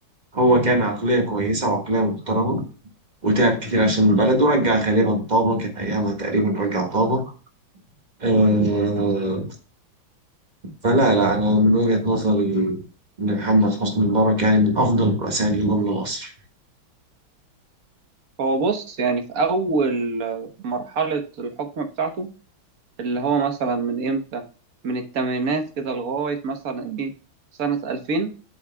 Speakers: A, on the right; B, on the right.
A: هو كان عقلية كويسة وعقلية محترمة وتعب كتير عشان البلد ورجع غالبا طابة كان أيامها تقريبا رجع طابة آه، فلا لا أنا من وجهة نظري إن محمد حسني مبارك يعني من أفضل الرؤساء اللي جم لمصر
B: هو بص يعني في اول آه، مرحله الحكم بتاعته اللي هو مثلا من امتى من الثمانينات كده لغاية مثلا ايه سنة 2000